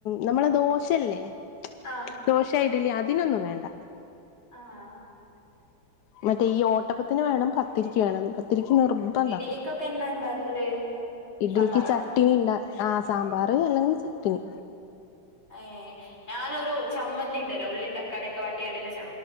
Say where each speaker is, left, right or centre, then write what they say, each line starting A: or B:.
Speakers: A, on the left; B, on the left.
A: നമ്മള ദോശയല്ലേ
B: ആഹ്
A: ദോശയി അതിനൊന്നും വേണ്ട
B: ആഹ
A: മറ്റേ ഈ ഓട്ടപ്പത്തിന് വേണം പത്തിരിരിക്ക വേണം പത്തിരി നിർബന്ധ
B: ഇഡലിക്കൊക്കെ എന്താ ഇണ്ടാക്കല്
A: ഇഡലക്ക്
B: സാമ്പാറോ
A: ചട്ടിനി ഇണ്ട ആ സാമ്പാർ അല്ലെങ്കിൽ ചട്ടണി
B: ഏ ഞാനൊരു ചമ്മന്തി ഉണ്ടല്ലേ ഉള്ളിയും തക്കാളിയ ഒക്കെ വാട്ടിയണ്ടല്ലേ